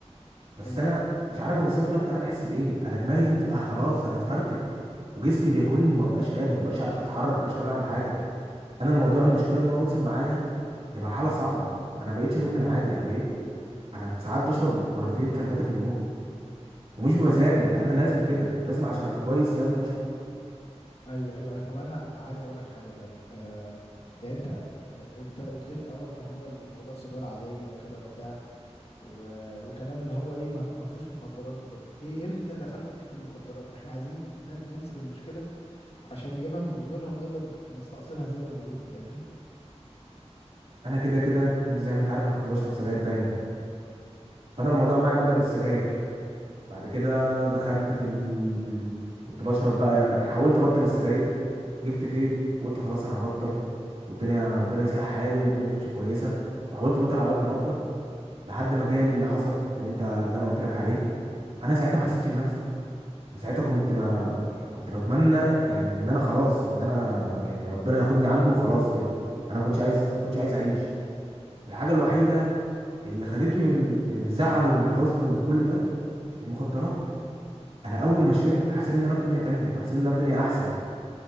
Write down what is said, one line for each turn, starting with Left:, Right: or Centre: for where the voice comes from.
Right: بس
Left: ايوه
Right: انا مش عارف اوصف لك انا بحس بايه انا دماغي دي بتبقى خلاص هتتفرتك وجسمي بياكلني وما بقاش قادر ما بقاش عارف اتحرك ما بقاش عارف اعمل حاجه انا الموضوع المشكله ان هو وصل معايا لمرحله صعبه انا ما بقتش مدمن عادي انا بقيت انا ساعات بشرب مرتين ثلاثه في اليوم ومش بمزاجي انا لازم كده لازم عشان ابقى كويس لازم اشرب
Left: ايوه ايوه طب انا عايز اقول لك حاجه طب آه... يعني انت آه، انت قلت لي في الاول كان هو الموضوع سيجاره عاديه وكده وبتاع و... وكلام اللي هو ايه ما ما فيهوش مخدرات وكده ايه امتى دخلت فكرة المخدرات احنا عايزين ن... نمسك المشكلة عشان نجيبها من جذورها ونقدر نستأصلها زي ما بيقولوا فاهمني
Right: انا كده كده انت زي ما انت عارف انا كنت بشرب سجاير دايما فانا الموضوع معايا بدأ بالسجاير بعد كده دخلت في ال... في ال... كنت بشرب بقى حاولت ابطل السجاير جبت فيب وقلت خلاص انا هبطل والدنيا ربنا يصلح حالي والدنيا تمشي كويسه وحاولت ابطل على قد ما اقدر لحد ما جالي اللي حصل اللي انت اللي انا قلت لك عليه انا ساعتها ما حسيتش بنفسي أنا ساعتها كنت ب... كنت بتمنى يعني ان انا خلاص ان انا ر- يعني ربنا ياخدني عنده وخلاص كده انا ما كنتش عايز ما كنتش عايز اعيش الحاجه الوحيده اللي خدتني من من الزعل ومن الحزن ومن كل ده المخدرات انا اول ما شربت حسيت ان انا في دنيا تانية حسيت ان انا في دنيا احسن